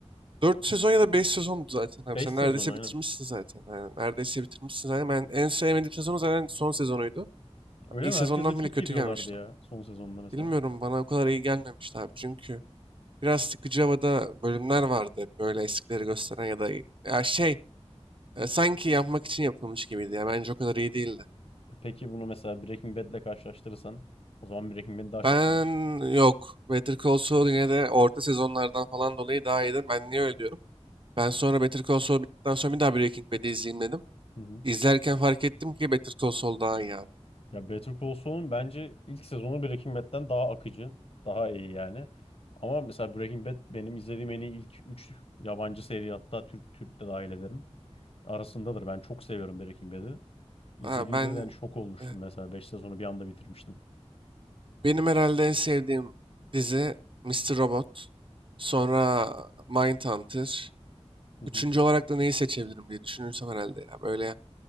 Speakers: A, on the right (about 50°); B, on the left (about 60°).
A: 4 sezon ya da 5 sezondu zaten abi.
B: 5
A: Sen
B: sezon
A: neredeyse
B: aynen.
A: bitirmişsin zaten. Aynen. Neredeyse bitirmişsin zaten. Ben en sevmediğim sezonu zaten son sezonuydu.
B: Öyle
A: İlk
B: mi?
A: sezondan
B: Herkes de çok
A: bile kötü
B: iyi diyorlardı
A: gelmişti.
B: ya son sezonunda mesela.
A: Bilmiyorum bana o kadar iyi gelmemişti abi çünkü biraz sıkıcı havada bölümler vardı hep böyle eskileri gösteren ya da ya şey e, sanki yapmak için yapılmış gibiydi ya bence o kadar iyi değildi.
B: E Peki bunu mesela Breaking Bad'le karşılaştırırsan o zaman Breaking Bad'i daha çok
A: Ben
B: seviyorsun.
A: yok Better Call Saul yine de orta sezonlardan falan dolayı daha iyiydi. Ben niye öyle diyorum? Ben sonra Better Call Saul bittikten sonra bir daha Breaking Bad'i izleyeyim dedim.
B: Hı hı.
A: İzlerken fark ettim ki Better Call Saul daha iyi abi.
B: Ya Better Call Saul'un bence ilk sezonu Breaking Bad'den daha akıcı, daha iyi yani. Ama mesela Breaking Bad benim izlediğim en iyi ilk 3 yabancı seri hatta Türk Türk de dahil ederim. Arasındadır. Ben çok seviyorum Breaking Bad'i. İzlediğimde
A: Ha, ben
B: de hani şok olmuştum
A: e,
B: mesela 5 sezonu bir anda bitirmiştim.
A: benim herhalde en sevdiğim dizi Mr. Robot, sonra Mindhunter.
B: Hı hı.
A: Üçüncü olarak da neyi seçebilirim diye düşünürsem herhalde ya. Böyle